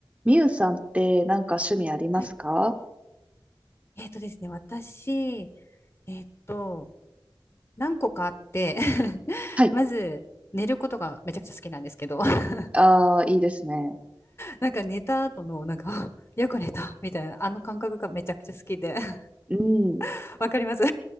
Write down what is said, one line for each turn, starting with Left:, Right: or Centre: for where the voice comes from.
Right: みゆさんってなんか趣味ありますか
Left: はい。えっとですね、私、えっと、何個かあって <laughs>
Right: はい。
Left: まず、寝ることがめちゃくちゃ好きなんですけど、<laughs>
Right: ああ、いいですね。
Left: なんか寝た後の、なんか、<laughs> あよく寝た、みたいな、あの感覚がめちゃくちゃ好きで <laughs>
Right: うん。
Left: わかります